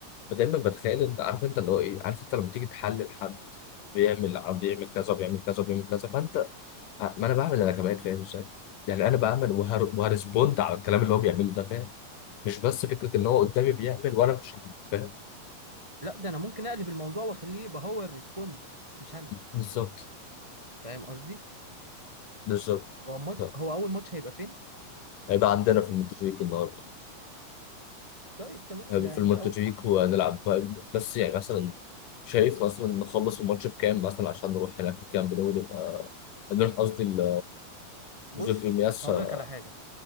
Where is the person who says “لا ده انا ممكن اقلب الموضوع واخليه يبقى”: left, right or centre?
Right